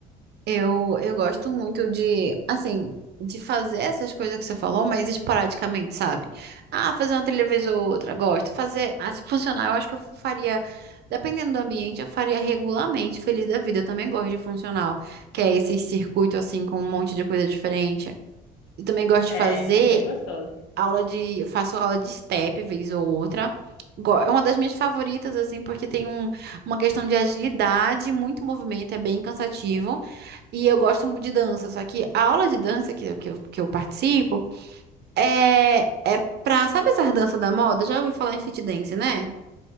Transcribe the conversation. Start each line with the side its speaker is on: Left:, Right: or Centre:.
Right: Eu, eu gosto muito de, assim, de fazer essas coisas que você falou, mas esporadicamente, sabe? Ah, fazer uma trilha vez ou outra, gosto. Fazer, ah, se funcionar, eu acho que eu faria, dependendo do ambiente, eu faria regularmente, feliz da vida. Eu também gosto de funcional, que é esse circuito, assim, com um monte de coisa diferente. Eu também gosto
Left: É,
Right: de fazer
Left: é bem gostoso.
Right: aula de, eu faço aula de step vez ou outra. Go- É uma das minhas favoritas, assim, porque tem um, uma questão de agilidade, muito movimento, é bem cansativo. E eu gosto muito de dança, só que a aula de dança que, eu- que, eu, que eu participo é, é pra, sabe essa dança da moda? Já ouvi falar em fit dance, né?